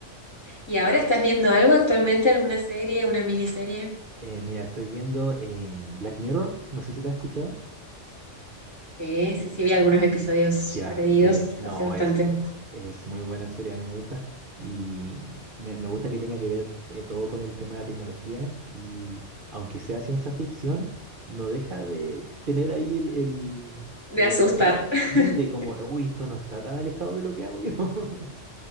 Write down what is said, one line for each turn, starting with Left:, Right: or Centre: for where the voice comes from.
Left: ¿Y ahora estás viendo algo actualmente, alguna serie, una miniserie?
Right: Eh, mira, estoy viendo eh, Black Mirror, no sé si la has escuchado.
Left: Sí, sí, sí, vi algunos episodios
Right: Ya,
Left: perdidos
Right: sí, no,
Left: hace bastante,
Right: es, es muy buena serie, a mí me gusta. Y me, me gusta que tenga que ver eh, todo con el tema de la tecnología. Y aunque sea ciencia ficción, no deja de tener ahí el, el,
Left: de
Right: el
Left: asustar.
Right: gusti- Sí,
Left: <laughs>
Right: de como, uy, esto no está tan alejado de lo que hago yo. <laughs>